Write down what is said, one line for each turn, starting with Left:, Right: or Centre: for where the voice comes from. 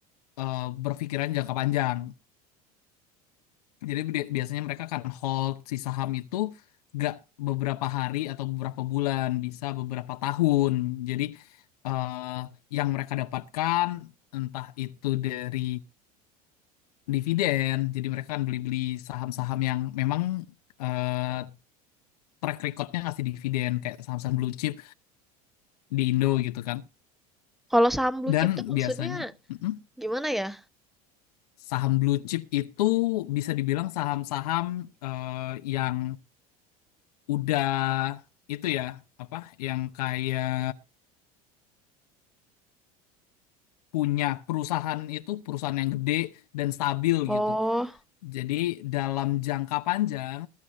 Left: eh, berpikiran jangka panjang. Jadi bi- biasanya mereka kan hold si saham itu gak beberapa hari atau beberapa bulan, bisa beberapa tahun. Jadi eh, yang mereka dapatkan entah itu dari dividen, jadi mereka kan beli-beli saham-saham yang memang eh, track recordnya ngasih dividen kayak saham-saham blue chip di Indo gitu kan.
Centre: Kalau saham blue
Left: Dan
Centre: chip tuh maksudnya
Left: biasanya mm-mm,
Centre: gimana ya?
Left: saham blue chip itu bisa dibilang saham-saham eh, yang udah itu ya apa yang kayak punya perusahaan itu perusahaan yang gede dan stabil
Centre: Oh,
Left: gitu. Jadi dalam jangka panjang